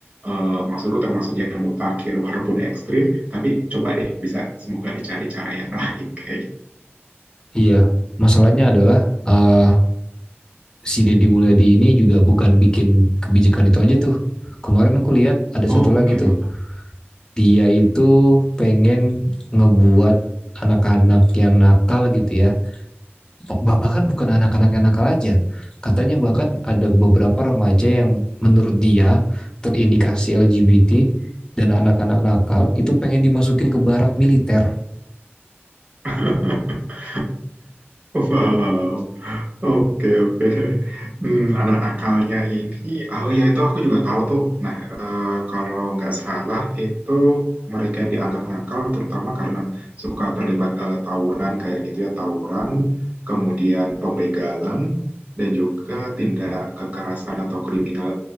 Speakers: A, on the right; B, on the left.
A: eh, maksudku termasuk yang mutakhir walaupun ekstrim, tapi coba deh bisa semoga dicari cara yang <laughs> lain kayak gitu.
B: iya. Masalahnya adalah eh, si Deddy Mulyadi ini juga bukan bikin kebijakan itu aja tuh. Kemarin aku lihat ada satu
A: Oke,
B: lagi tuh. Dia itu pengen ngebuat anak-anak yang nakal gitu ya. Bahkan bukan anak-anak yang nakal aja. Katanya bahkan ada beberapa remaja yang menurut dia terindikasi LGBT dan anak-anak nakal itu pengen dimasukin ke barak militer.
A: <laughs> Wow. Oke, oke. <laughs> Hmm, anak nakalnya ini, ah, oh iya itu aku juga tahu tuh. Nah, eh, kalau nggak salah itu mereka yang dianggap nakal terutama karena suka terlibat eh, tawuran kayak gitu ya, tawuran, kemudian pembegalan, dan juga tindak kekerasan atau kriminal